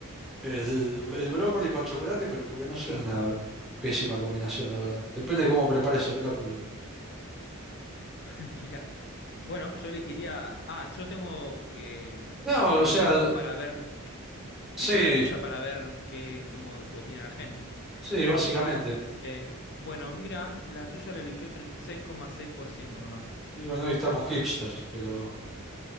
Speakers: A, in the centre; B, on the left.
A: Es el, el brócoli con chocolate, pero porque no suena una pésima combinación, la verdad. Depende de cómo prepares el brócoli.
B: <laughs> Mira, bueno, yo elegiría. Ah, yo tengo que mm,
A: No,
B: cliqueo
A: o sea,
B: para ver. que-
A: sí,
B: Cliqueo la tuya para ver qué, cómo opina la gente.
A: sí, básicamente.
B: Eh, dice, bueno, mira, la tuya la eligió 36,6% nomás.
A: Y bueno, hoy estamos hipsters, pero...